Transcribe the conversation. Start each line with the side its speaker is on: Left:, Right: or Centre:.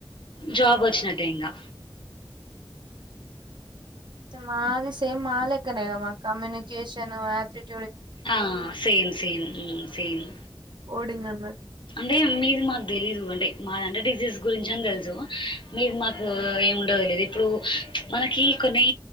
Left: జాబ్ వచ్చిన ట్టేంగా
Right: మాది సేమ్ మాలెక్కనేగ మా కమ్యూనికేషన్ ఆపరేట్
Left: ఆ same same um scene
Right: coding అన్న
Left: అంటే మీది మాకు తెలీదు అంటే మా అంటే టీ సీ యస్ గురించి అని తెలుసు మీది మాకు ఏమి ఉండదు లేదు ఇప్పుడు మనకి కొన్ని